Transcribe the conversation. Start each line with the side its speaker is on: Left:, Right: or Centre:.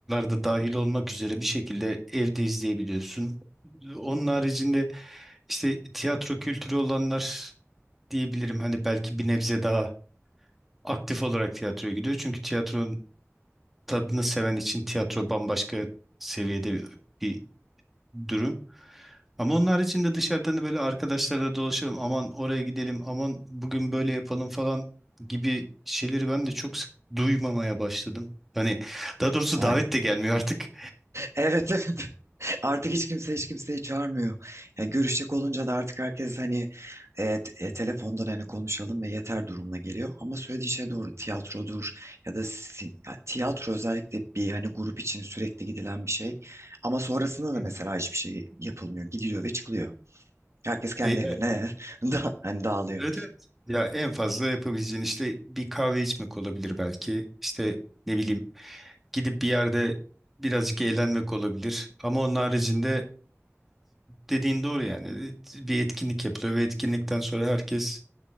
Centre: da dahil olmak üzere bir şekilde evde izleyebiliyorsun. E, Onun haricinde işte tiyatro kültürü olanlar diyebilirim. Hani belki bir nebze daha aktif olarak tiyatroya gidiyor. Çünkü tiyatronun tadını seven için tiyatro bambaşka seviyede bir durum. Ama onun haricinde dışarıdan da böyle arkadaşlarla dolaşalım. Aman oraya gidelim. Aman bugün böyle yapalım falan gibi şeyleri ben de çok sık duymamaya başladım. Hani daha doğrusu
Right: Aynen.
Centre: davet de gelmiyor artık.
Right: Evet evet. <laughs> Artık hiç kimse hiç kimseyi çağırmıyor. Yani görüşecek olunca da artık herkes hani e, t- e, telefondan hani konuşalım ve yeter durumuna geliyor. Ama söylediği şey doğru. Tiyatrodur ya da sin- ya tiyatro özellikle bir hani grup için sürekli gidilen bir şey. Ama sonrasında da
Centre: Hı.
Right: mesela hiçbir şey yapılmıyor. Gidiliyor ve çıkılıyor. Herkes kendi
Centre: E,
Right: evine
Centre: e,
Right: <laughs> da hani dağılıyor.
Centre: Evet, evet. Ya en fazla yapabileceğin işte bir kahve içmek olabilir belki. İşte ne bileyim gidip bir yerde birazcık eğlenmek olabilir. Ama onun haricinde dediğin doğru yani. Bir etkinlik yapılıyor ve etkinlikten sonra herkes